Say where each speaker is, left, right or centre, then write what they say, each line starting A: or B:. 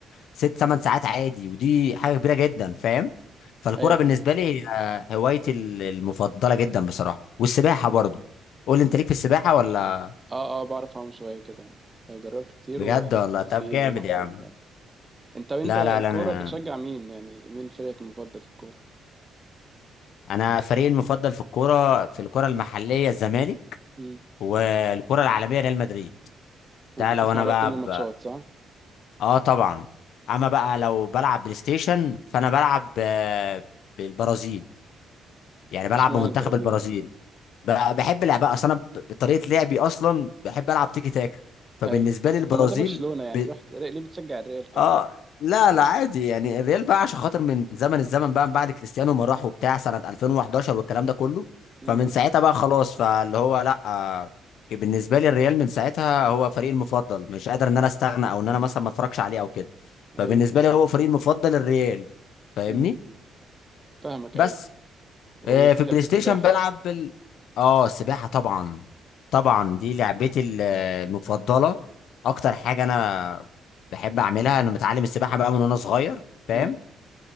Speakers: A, on the left (about 75°); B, on the right (about 20°).
A: ست ثمان ساعات عادي ودي حاجه كبيره جدا فاهم فالكوره
B: ايوه
A: بالنسبه
B: فاهم
A: لي هي هوايتي ال- المفضله جدا بصراحه والسباحه برضو قول لي انت ليك في السباحه ولا
B: اه اه بعرف اعوم شوية كده يعني جربت كتير
A: بجد
B: وبسين
A: ولا طب جامد
B: وبحر
A: يا عم
B: وبتاع انت انت
A: لا
B: الكورة
A: لا لا انا
B: بتشجع مين يعني مين فريقك المفضل في الكورة
A: انا فريقي المفضل في الكوره في الكوره المحليه الزمالك
B: مم.
A: والكوره العالميه ريال مدريد
B: وبتسمع
A: ده لو انا
B: بقى
A: بقى
B: كل الماتشات
A: ب...
B: صح
A: اه طبعا اما بقى لو بلعب بلاي ستيشن فانا بلعب آه، بالبرازيل يعني بلعب
B: اشمعنى
A: بمنتخب
B: البرازيل
A: البرازيل ب- بحب لعبها اصلا انا ب- بطريقه لعبي اصلا بحب العب تيكي تاكا فبالنسبه
B: ايوه
A: لي البرازيل
B: طب ما ده برشلونة يعني
A: ب...
B: رحت ليه بتشجع الريال طيب
A: اه لا لا عادي يعني الريال بقى عشان خاطر من زمن الزمن بقى بعد كريستيانو ما راح وبتاع سنه 2011 والكلام ده كله
B: امم
A: فمن ساعتها بقى خلاص فاللي هو لا آه، بالنسبه لي الريال من ساعتها هو فريقي المفضل مش قادر ان انا استغنى او ان انا مثلا ما اتفرجش عليه او كده
B: ايوه
A: فبالنسبه لي هو فريقي المفضل الريال فاهمني
B: امم فاهمك
A: بس
B: ايوه وبتحب
A: آه، في البلاي
B: السباحة
A: ستيشن بلعب
B: بقى
A: بال... اه السباحة طبعا طبعا دي لعبتي ال- المفضلة اكتر حاجة انا بحب اعملها انا متعلم السباحة بقى من وانا صغير فاهم
B: امم